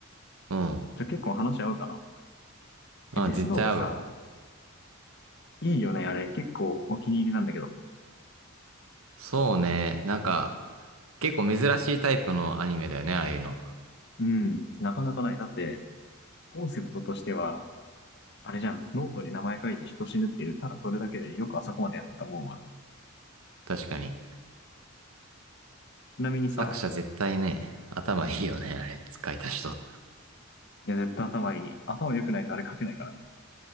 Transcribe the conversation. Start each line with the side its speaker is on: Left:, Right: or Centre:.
Right: うん。
Left: ゃあ結構話合うかな
Right: ああ、
Left: えデスノートさ、
Right: 絶対合うよ。
Left: いいよね、あれ。結構お気に入りなんだけど。
Right: そうね。なんか、結構珍しいタイプのアニメだよね、ああいうの。
Left: うん、なかなかない。だって、コンセプトとしては、あれじゃん、ノートに名前書いて人死ぬっていう、ただそれだけでよくあそこまでやったたもんわ
Right: 確かに。
Left: ちなみにさ、
Right: 作者絶対ね、頭いいよね、あれ、使いた人。
Left: いや、絶対頭いい。頭良くないとあれ書けないからね。